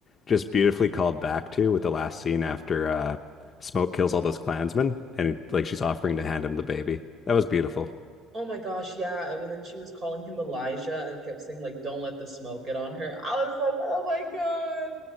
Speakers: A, on the left (about 30°); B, on the right (about 35°).
A: just beautifully called back to with the last scene after uh, Smoke kills all those Klansmen, and like she's offering to hand him the baby. That was beautiful.
B: Oh my gosh, yeah. And then she was calling him Elijah and kept saying, like, don't let the smoke get on her. I was like, oh my God.